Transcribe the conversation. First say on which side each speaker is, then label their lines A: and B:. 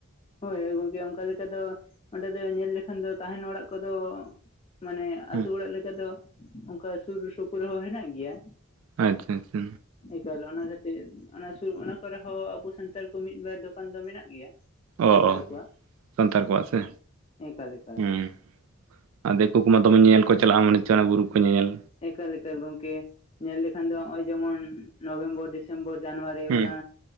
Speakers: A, on the left; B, on the right.
A: ᱦᱳᱭ ᱦᱳᱭ ᱜᱚᱝᱠᱮ ᱚᱝᱠᱟ ᱞᱮᱠᱟ ᱫᱚ ᱚᱸᱰᱮ ᱫᱚ ᱧᱮᱞ ᱞᱮᱠᱷᱟᱱ ᱫᱚ ᱛᱟᱦᱮᱱ ᱚᱲᱟᱜ ᱠᱚᱫᱚ ᱢᱟᱱᱮ ᱟᱹᱛᱳ
B: ᱦᱩᱸ
A: ᱚᱲᱟᱜ ᱞᱮᱠᱟ ᱫᱚ ᱚᱝᱠᱟ ᱥᱩᱨ ᱥᱩᱯᱩᱨ ᱦᱚᱸ ᱦᱮᱱᱟᱜ ᱜᱮᱭ-ᱟ
B: ᱟᱪᱪᱷᱟ ᱟᱪᱪᱷᱟ
A: ᱮᱠᱟᱞ ᱚᱱᱟ ᱠᱷᱟᱹᱛᱤᱨ ᱚᱱᱟ ᱥᱩᱨ ᱚᱱᱟ ᱠᱚᱨᱮ ᱦᱚᱸ ᱟᱵᱚ ᱥᱟᱱᱛᱟᱲ ᱠᱚ ᱢᱤᱫ ᱵᱟᱨ ᱫᱚᱠᱟᱱ ᱫᱚ ᱢᱮᱱᱟᱜ ᱜᱮᱭ-ᱟ
B: ᱚ
A: ᱥᱟᱱᱛᱟᱲ
B: ᱚ
A: ᱠᱚᱣᱟᱜ
B: ᱥᱟᱱᱛᱟᱲ ᱠᱚᱣᱟᱜ ᱥᱮ
A: ᱮᱠᱟᱞ ᱮᱠᱟᱞ
B: ᱦᱮᱸ ᱟᱨ ᱫᱤᱠᱩ ᱫᱚᱢᱮ ᱧᱮᱞ ᱠᱚ ᱪᱟᱞᱟᱜᱼᱟ <unintelligible> ᱚᱱᱟ ᱵᱩᱨᱩ ᱠᱚ ᱧᱮ ᱧᱮᱞ
A: ᱮᱠᱟᱞ ᱮᱠᱟᱞ ᱜᱚᱝᱠᱮ ᱧᱮᱞ ᱞᱮᱠᱷᱟᱱ ᱫᱚ ᱱᱚᱜ-ᱚᱭ ᱡᱮ ᱢᱚᱱ ᱱᱚᱵᱷᱮᱢᱵᱚᱨ ᱰᱤᱥᱮᱢᱵᱚᱨ ᱡᱟᱱᱩᱣᱟᱨᱤ
B: ᱦᱩᱸ
A: ᱚᱱᱟ